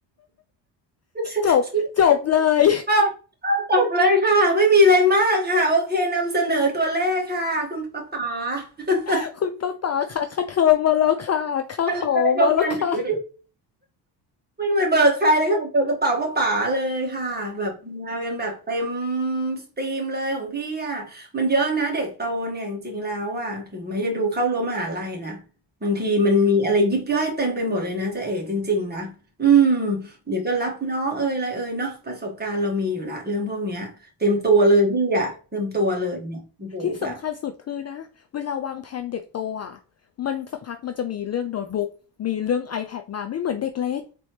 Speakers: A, on the right (about 20°); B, on the left (about 35°).
A: <laughs>
B: จบจบเลย
A: อ้าวอ้าวจบเลยค่ะไม่มีอะไรมากค่ะโอเคนำเสนอตัวเลขค่ะคุณป๊าป๋า <laughs>
B: <laughs> คุณป้าป๋าค่ะค่าเทอมมาแล้วค่ะค่าหอมาแล้วค่ะ
A: อะไรประมาณนี้ ไม่ต้องไปเบิกใครเลยค่ะเบิกกระเป๋าป้าป๋าเลยค่ะแบบมากันแบบเต็มสตรีมเลยของพี่อ่ะมันเยอะนะเด็กโตเนี่ยจริงๆแล้วอ่ะถึงแม้จะดูเข้ารั้วมหาลัยนะบางทีมันมีอะไรยิบย่อยเต็มไปหมดเลยนะจ๊ะเอ๋จริงๆนะอืมเดี๋ยวก็รับน้องเอ่ยอะไรเอ่ยเนาะประสบการณ์เรามีอยู่ละเรื่องพวกเนี้ยเต็มตัวเลยพี่อ่ะเต็มตัวเลยเนี่ยโอ้โหแบบ
B: ที่สำคัญสุดคือนะเวลาวางแผนเด็กโตอ่ะมันสักพักมันจะมีเรื่องโน้ตบุ๊กมีเรื่อง iPad มาไม่เหมือนเด็กเล็ก